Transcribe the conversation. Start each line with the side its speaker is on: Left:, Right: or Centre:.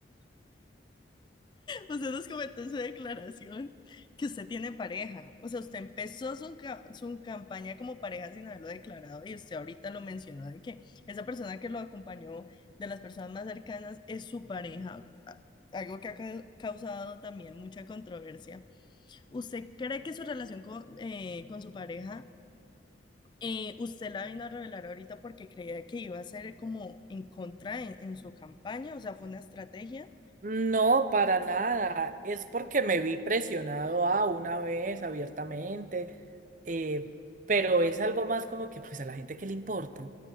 Left: Usted nos comentó en su declaración que usted tiene pareja. O sea, usted empezó su, ca- su campaña como pareja sin haberlo declarado y usted ahorita lo mencionó de que esa persona que lo acompañó de las personas más cercanas es su pareja. a- Algo que ha ca- causado también mucha controversia. ¿Usted cree que su relación con, eh, con su pareja, eh, usted la vino a revelar ahorita porque creía que iba a ser como en contra en, en su campaña? O sea, fue una estrategia.
Right: No, para nada. Es porque me vi presionado a una vez abiertamente, eh, pero es algo más como que pues a la gente que le importa.